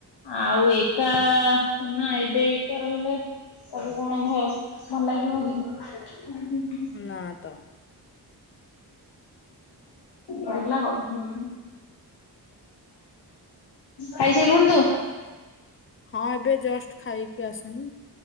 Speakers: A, on the left (about 80°); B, on the left (about 30°).
A: ଆଉ ଏକା ନା ଏବେ ଏକା ରହିଲେ ତାକୁ କଣ ଭ ଭଲ ଲାଗିବ କି।
B: ନା ତ।
A: ହେଲା କଥା। ଖାଇସାରିଲୁଣୀ ତୁ?
B: ହଁ, ଏବେ ଜଷ୍ଟ ଖାଇକି ଆସିନି।